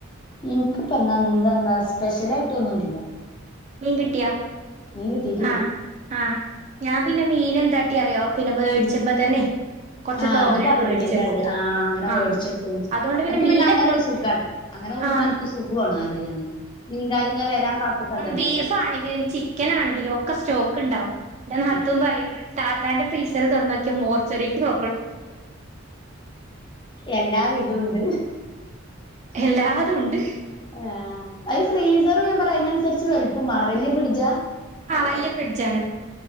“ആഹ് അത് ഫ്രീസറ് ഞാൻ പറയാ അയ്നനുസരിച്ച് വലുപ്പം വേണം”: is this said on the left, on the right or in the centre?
Left